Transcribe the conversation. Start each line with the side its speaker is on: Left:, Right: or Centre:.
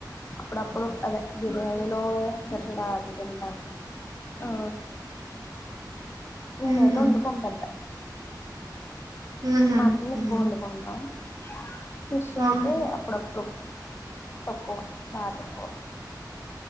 Left: అప్పుడ అప్పుడు అదే బిర్యానీలో ఎస్తార చూడు అ చికెన్ టాను ఆ నేనైతే
Right: ఉహు
Left: ఉండుకుం పెద్ద
Right: ఉహు
Left: మటన్ ఎక్కువ
Right: ఉహు.
Left: వండుకుంటాం. ఫిష్ అయితే
Right: ఆహా
Left: అప్పుడప్పుడు తక్కువ బా తక్కువ